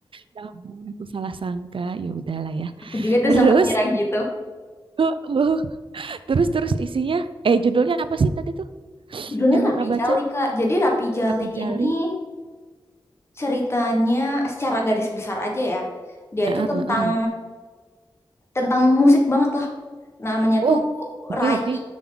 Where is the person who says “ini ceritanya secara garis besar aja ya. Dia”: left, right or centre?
Left